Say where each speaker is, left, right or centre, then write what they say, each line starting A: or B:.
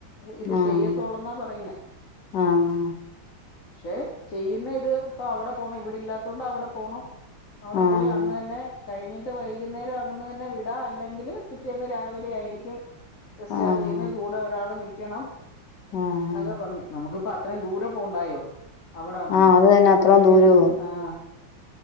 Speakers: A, on the left; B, on the left.
A: ഇത്
B: ആഹ്
A: ചെയ്യത്തോളെന്നാ പറയുന്നേ
B: ആഹ്
A: പക്ഷെ ചെയ്യുന്ന ഇത് ഇപ്പൊ അവിടെ പോണം ഇവിടെ ഇല്ലാത്ത കൊണ്ട് അവിടെ പോണം അവിടെ
B: ആഹ്
A: പോയി അന്ന് തന്നെ കഴിഞ്ഞിട്ട് വൈകുന്നേരം അന്ന് തന്നെ വിടാ അല്ലെങ്കില് പിറ്റേന്ന് രാവിലെ ആയിരിക്കും ഡിസ്ചാർജ്
B: ആഹ്
A: ചെയ്യുന്ന കൂടെ ഒരാള് നിക്കണം
B: ആഹ് ആഹ്
A: എന്നൊക്കെ പറഞ്ഞു നമുക്കിപ്പ അ അത്രയും ദൂര പോണ്ടയൊ അവിടന്നെങ്കി
B: ആഹ് അത് തന്നെ
A: ഇവിടെ
B: അത്രോം
A: ഇല്ലേന്ന്
B: ദൂരവോ
A: ആഹ്